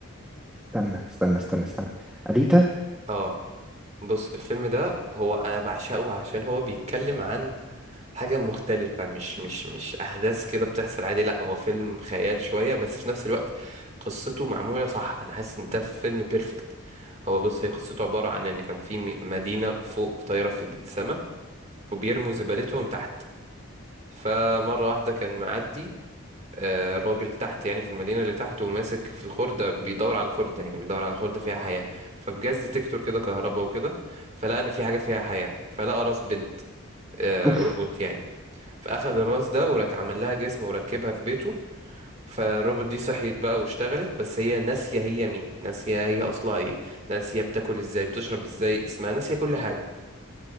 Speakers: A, in the centre; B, on the right.
A: استنى استنى استنى استنى, أليتا
B: اه بص الفيلم ده هو انا بعشقه عشان هو بيتكلم عن حاجة مختلفة مش مش مش احداث كده بتحصل عادي لا هو فيلم خيال شوية بس في نفس الوقت قصته معمولة صح انا حاسس ان ده فيلم بيرفكت هو بص هي قصته عبارة عن ان كان في م- مدينة فوق طايرة في السماء وبيرموا زبالتهم تحت فمرة واحدة كان معدي آه، راجل تحت يعني في المدينة اللي تحت وماسك في الخردة بيدور على الخردة يعني بيدور على خردة فيها حياة فبجاز ديتكتور كده كهرباء وكده فلقى إن في حاجة فيها حياة فلقى راس بنت آه،
A: اوف
B: روبوت يعني فأخد الراس ده وراك عمل لها جسم وركبها في بيته فالروبوت دي صحيت بقى واشتغلت بس هي ناسية هي مين ناسية هي أصلها إيه ناسية بتاكل إزاي بتشرب إزاي اسمها ناسية كل حاجة